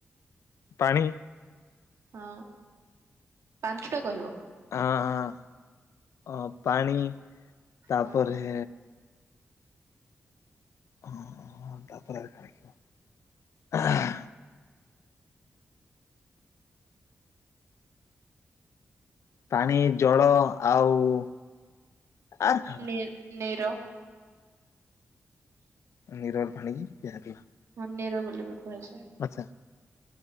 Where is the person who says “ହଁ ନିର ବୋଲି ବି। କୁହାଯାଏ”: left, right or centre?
Right